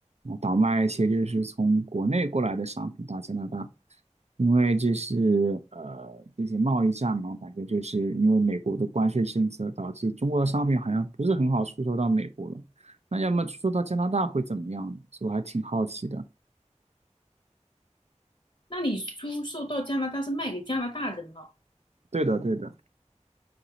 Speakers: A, on the right; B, on the left.
A: 啊，倒卖一些就是从国内过来的商品到加拿大，因为这是呃这些贸易战嘛，感觉就是因为美国的关税政策导致中国的商品好像不是很好出售到美国了，那要么出售到加拿大会怎么样呢？所以我还挺好奇的。
B: 那你出售到加拿大是卖给加拿大人了，
A: 对的，对的。